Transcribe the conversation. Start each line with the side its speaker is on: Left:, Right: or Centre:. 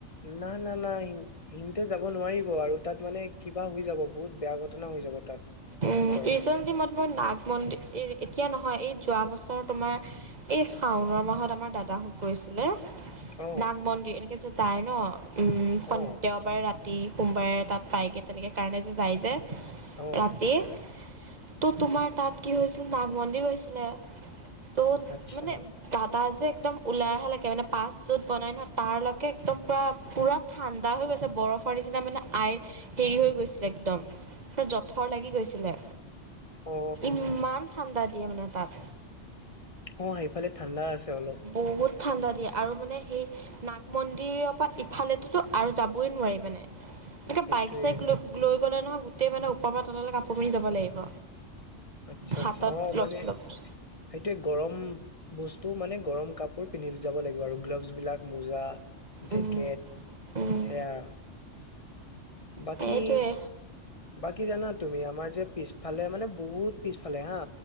Left: নাই না নাই সিহতে যাব নোৱাৰিব আৰু তাত মানে। কিবা হৈ যাব বহুত বেয়া ঘটনা হৈ যাব তাত।
Right: উম
Left: সিহতৰ
Right: ৰিচেন্টলি ম মোৰ নাগ মন্দিৰ এতিয়া নহয় এই যোৱা বছৰ তোমাৰ এই শাওণৰ মাহত আমাৰ দাদাহঁত গৈছিলে
Left: অ
Right: নান মনি এনেকে চ তাই ন উম
Left: অ
Right: দেওবাৰে ৰা ৰাতি সোমবাৰে তাত পায়গৈ তেনেকৈ কাৰণে যে যায় যে
Left: অ
Right: ৰাতি ত' তোমাৰ তাত কি হৈছিল নাগমন্দিৰ গৈছিলে ত'
Left: আচ্ছা
Right: মানে দাদা একদম ওলাই অহা লৈকে মানে পাছ যত বনাই নহয় তাৰ লৈকে একদম পুৰা পুৰা ঠাণ্ডা হৈ গৈছে বৰফৰ নিচিনা মানে আই হেৰি হৈ গৈছিলে একদম থৰ লাগি গৈছিলে
Left: অ
Right: ইমান ঠাণ্ডা ইয়মন তাত
Left: অ সেইফালে ঠাণ্ডা আছে অলপ
Right: বহুত ঠাণ্ডা দিয়ে আৰু মানে সেই নাগ মন্দিৰৰ পৰা ইফালে ততো আৰু যাবই নোৱাৰি মানে এনে
Left: সেইটোয়ে
Right: বাইক চাইক লৈ লৈ গ'লে নহয় উতে মানে ক পৰা তলৈ কাপোৰ পানি যাব লাগিব
Left: আচ্ছা-আচ্ছা
Right: হাতত
Left: অ'
Right: গ্ল'ভছ
Left: মানে,
Right: চলভছ
Left: সেইটো গৰম বস্তু মানে। গৰম কাপোৰ পিন্ধি যাব লাগিব আৰু গ্লভ যুজবলাক মোজা, জেকেট
Right: উম উম
Left: সেয়া। বাকী।
Right: সেইটোৱে
Left: বাকী জানা তুমি, আমাৰ যে পিছফালে মানে বহুত পিছফালে হা।